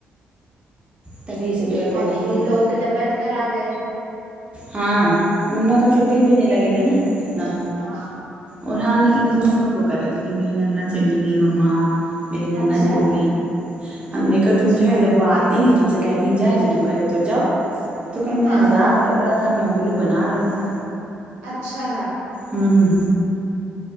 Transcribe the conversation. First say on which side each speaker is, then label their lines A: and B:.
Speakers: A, on the right; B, on the right.
A: تبھی سے جو ہے وہ
B: اب
A: وہیں
B: ان
A: ہیں
B: لوگوں کی طبیعت خراب ہے
A: ہاں ماما کا پھر دل بھی نہیں لگے گا نا اتنا
B: ہاں
A: اور ہاں لیکن اس بار بہت وہ کر رہے تھے کہ میری نانا چلی گئی مما میری نانا
B: اچھا
A: چلی گئی ہم نے کہا
B: اچھا
A: تم جو ہے جب وہ آ تم سے کہتی ہیں جائیں تو تم کہتے تو جا تو کیا میں
B: ہاں
A: مذاق
B: ہاں
A: لکر رہا تھا میں الو بنا رہا تھا
B: اچھا ہاں
A: ہمم